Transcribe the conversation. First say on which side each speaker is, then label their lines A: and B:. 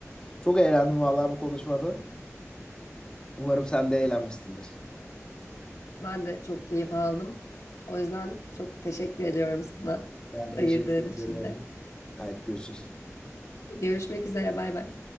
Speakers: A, on the left (about 15°); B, on the left (about 85°).
A: Çok eğlendim vallahi bu konuşmada. Umarım sen de eğlenmişsindir.
B: Ben de çok keyif aldım. O yüzden çok teşekkür ediyorum sana
A: Ben teşekkür
B: ayırdığın
A: ederim.
B: için de.
A: Haydi görüşürüz.
B: Görüşmek üzere, bay bay.